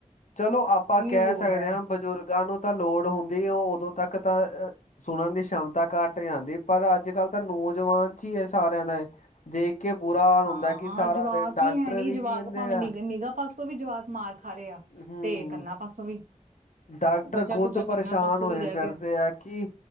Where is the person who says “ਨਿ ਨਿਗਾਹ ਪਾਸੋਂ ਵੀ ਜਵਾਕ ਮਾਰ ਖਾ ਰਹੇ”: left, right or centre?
Right